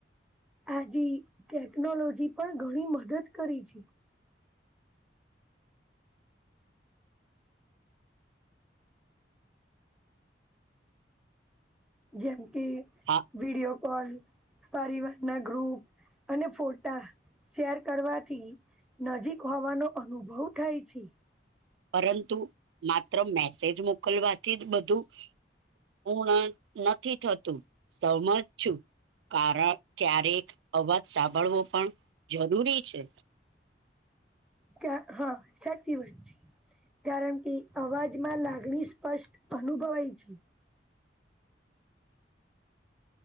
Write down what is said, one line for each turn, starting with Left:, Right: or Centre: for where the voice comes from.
Centre: આજે ટેકનોલોજી પણ ઘણી મદદ કરી છે. જેમ કે
Right: હા
Centre: વિડીયો કોલ પરીવાર ના ગ્રુપ અને ફોટા શેર કરવાથી નજીક હોવાનો અનુભવ થાય છે.
Right: પરંતુ માત્ર મેસેજ મોકલવાથી જ બધું પૂર્ણ નથી થતું સહજ છું. કારણ ક્યારેક અવાજ સાંભળવો પણ જરૂરી છે.
Centre: ક હ સાચી વાત છે. કારણ કે અવાજમાં લાગણી સ્પષ્ટ અનુભવાય છે.